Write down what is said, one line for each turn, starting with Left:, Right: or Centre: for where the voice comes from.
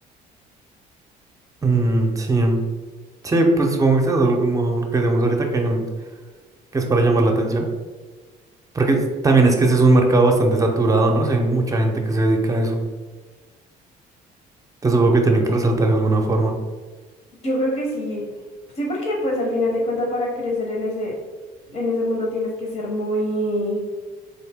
Right: Mm, sí. Sí, pues supongo que es algo como lo que decíamos ahorita, que, que es para llamar la atención. Porque es- también es que ese es un mercado bastante saturado, ¿no? O sea, hay mucha gente que se dedica a eso. Entonces supongo que tienen que resaltar de alguna forma.
Left: Yo creo que sí, sí porque pues al final de cuentas para crecer en ese, en ese mundo tienes que ser muy,